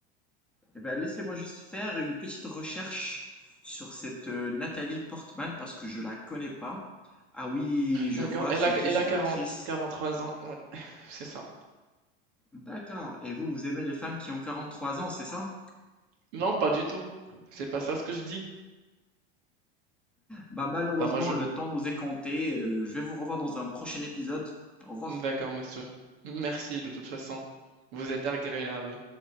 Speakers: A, in the centre; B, on the right.
A: Eh ben, laissez-moi juste faire une petite recherche sur cette euh, Nathalie Portman parce que je la connais pas. Ah oui, je
B: D'accord.
A: vois,
B: Elle
A: c'est
B: a,
A: qui
B: elle
A: cette
B: a quarante
A: actrice?
B: quarante trois ans. Ouais, c'est ça.
A: D'accord. Et vous, vous aimez les femmes qui ont quarante trois ans, c'est ça?
B: Non, pas du tout. C'est pas ça ce que je dis.
A: Bah malheureusement,
B: Bah, moi, je...
A: le temps nous est compté. Euh, je vais vous revoir dans un prochain épisode. Au revoir.
B: D'accord, monsieur. Merci, de toute façon. Vous êtes agréable.